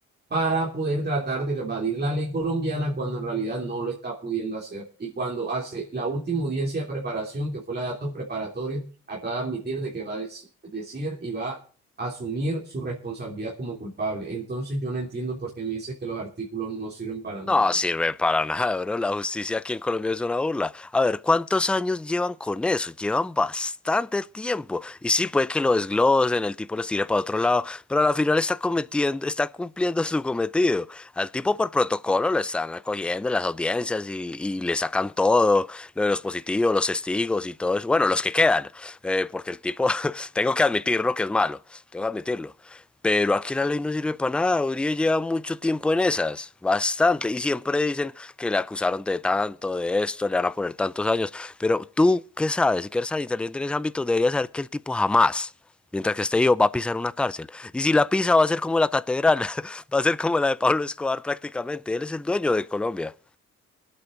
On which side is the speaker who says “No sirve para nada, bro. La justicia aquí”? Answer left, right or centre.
Centre